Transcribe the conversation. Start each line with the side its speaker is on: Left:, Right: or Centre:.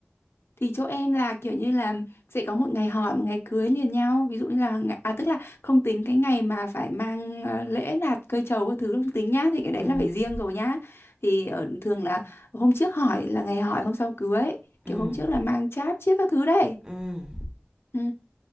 Left: thì chỗ em là kiểu như là sẽ có một ngày hỏi một ngày cưới liền nhau ví dụ như là ngày- à tức là không tính cái ngày mà phải mang ờ, lễ lạt cây trầu các thứ không tính nhá thì cái đấy
Right: Ừm,
Left: là phải riêng rồi nhá thì ở thường là hôm trước hỏi là ngày hỏi hôm sau cưới
Right: ừm,
Left: kiểu hôm trước là mang cháp chiếc các thứ đấy
Right: ừm.
Left: ừ